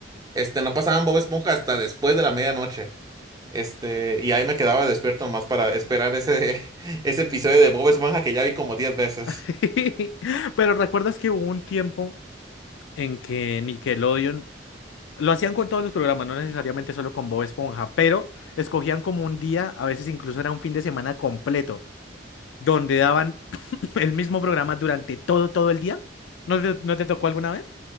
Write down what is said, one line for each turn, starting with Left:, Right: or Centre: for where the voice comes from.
Right: este, no pasaban Bob Esponja hasta después de la medianoche. Este, y ahí me quedaba despierto nomás para esperar ese, <laughs> ese episodio de Bob Esponja que ya vi como 10 veces.
Left: <laughs> Pero ¿recuerdas que hubo un tiempo en que Nickelodeon... Lo hacían con todos los programas, no necesariamente solo con Bob Esponja, pero escogían como un día, a veces incluso era un fin de semana completo donde daban el mismo programa durante todo, todo el día. ¿No te, no te tocó alguna vez?